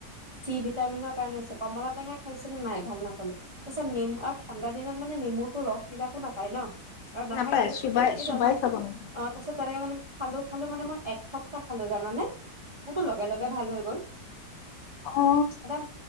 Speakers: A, on the right (about 30°); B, on the left (about 75°).
A: চি ভিটামিনত উপায় নাই পিছে কমলা টেঙা খাইছিলোঁ নাই ভাল নাপালোঁ তাৰপিছত নেমু আৰু ঠাণ্ডাদিনত মানে নেমুটো ৰস বিলাকো নাপাই ন <unintelligible> খালোঁ
B: নাপায় চোবাই চোবাই খাব লাগে
A: খালোঁ মানে মই একসপ্তাহ খালোঁ জানানে মোৰটো লগে লগে ভাল হৈ গল
B: অ
A: একদম